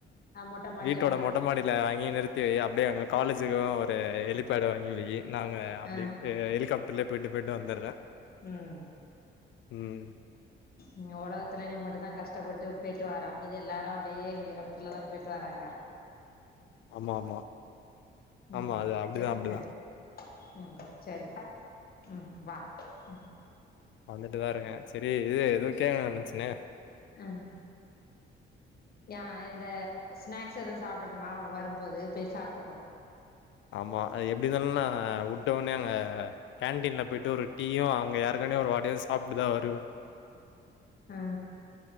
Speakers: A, on the left; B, on the left.
A: அ மொட்ட மாடில
B: வீட்டோட
A: உட்ற
B: மொட் மொட்டமாடில வாங்கி நிறுத்தி வை அப்டியே அங்க காலேஜுக்கு ஒரு ஹெலிபேடு வாங்கி வை நாங்க அப்டி
A: ஆ
B: யே ஹெலிகாப்டர்லயே போயிட்டு போயிட்டு வந்துர்றே
A: ம்
B: ம்
A: இங்க ஒலகத்துல நீ மட்டுந்தா கஷ்டப்பட்டு போயிட்டு வாறா மீதி எல்லாரு அப்டியே ஹெலிகாப்டர்ல தா போயிட்டு வர்றாங்க
B: ஆமா ஆமா
A: ம்
B: ஆமா அது அப்டிதா
A: சேரி
B: அப்டிதா
A: சேரி ம் சேரிப்பா ம் வா ம்
B: வந்துட்டுதா இருக்கே செரி இது ஏதோ கேக்கணு நெனைச்சனே
A: ஆ நியாயந்தா ஸ்நாக்ஸ் எதுவு சாப்டனுமா வரும்போது போய் சாப்ட்டுக்கோ
B: ஆமா அது எப்டி இருந்தாலு நா உட்ட ஒன்னே அங்க கேன்டீன்ல போயிட்டு ஒரு டீயு அங்க ஏற்கனவே ஒரு வடையு சாப்ட்டுதா வருவே
A: ஆ